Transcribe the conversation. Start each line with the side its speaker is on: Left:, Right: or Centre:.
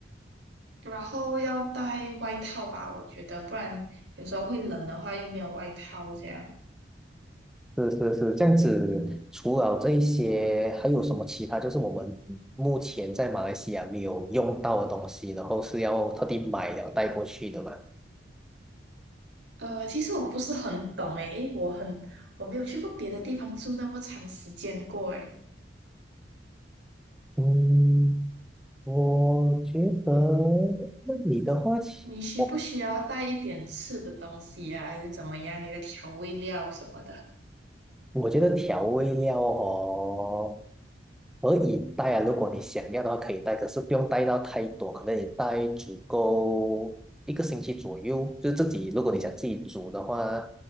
Right: 然后要带外套吧，我觉得，不然有时候会冷的话又没有外套这样。
Centre: 是是是，这样子。除了这一些，还有什么其他？就是我们目前在马来西亚没有用到的东西，然后是要特地买了带过去的嘛？
Right: 呃，其实我不是很懂诶，因为我很我没有去过别的地方住那么长时间过诶。
Centre: 嗯，我觉得那你的话，
Right: 你需不需要带一点吃的东西呀？
Centre: 我。
Right: 还是怎么样？你的调味料什么的？
Centre: 我觉得调味料哦，可以带啊，如果你想要的话可以带，可是不用带到太多，可能你带足够一个星期左右，就是自己，如果你想自己煮的话，